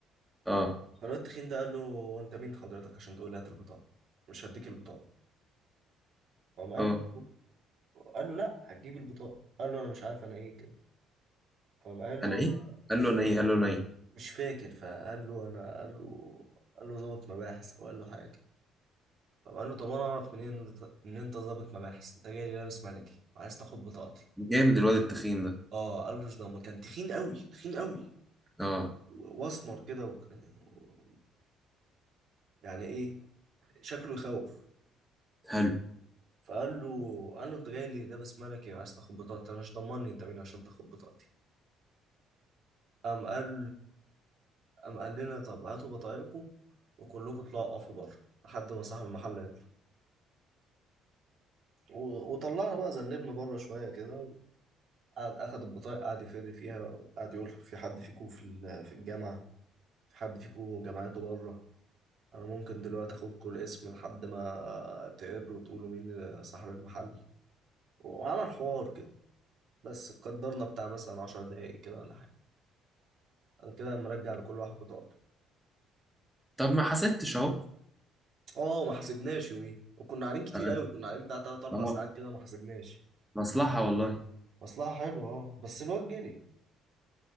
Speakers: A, in the centre; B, on the right (about 60°).
A: اه
B: فالواد التخين ده قال له وانت مين حضرتك عشان تقول لي هات البطاقه مش هديك البطاقه فقام قال
A: اه
B: له قال له لا هتجيب البطاقه قال له انا مش عارف انا ايه كده فقام قال له
A: انا ايه
B: انا
A: قال له انا ايه قال له انا ايه
B: مش فاكر فقال له انا قال له قال له ظابط مباحث او قال له حاجه كده فقام قال له طب انا اعرف منين ان انت إن أنت ظابط مباحث انت جاي لي لابس ملكي وعايز تاخد بطاقتي
A: جامد الواد التخين ده
B: اه قال له ده ما كان تخين قوي تخين قوي
A: اه
B: واسمر كده وكان- و... يعني ايه شكله يخوف
A: حلو
B: فقال له قال له انت جاي لي لابس ملكي وعايز تاخد بطاقتي انا مش ضمني انت مين عشان تاخد بطاقتي قام قال قام قال لنا طب هاتوا بطايقكم وكلكم اطلعوا اقفوا بره لحد ما صاحب المحل يطلع و- وطلعنا بقى ذنبنا بره شويه كده قعد اخد البطايق قعد يفر فيها قعد يقول في حد فيكم في ال- في الجامعه في حد فيكم جامعته بره انا ممكن دلوقتي اخدكم الاسم لحد ما تقروا وتقولوا مين صاحب المحل وعمل حوار كده بس قدرنا بتاع مثلا 10 دقايق كده ولا حاجه بعد كده مرجع لكل واحد بطاقته
A: طب ما حسبتش اهو
B: اه ما حسبناش يوميها وكنا قاعدين كتير
A: اه
B: قوي كنا قاعدين بتاع 3 4
A: آه.
B: ساعات كده ما حسبناش
A: مصلحة والله
B: مصلحه حلوه اه بس الواد جري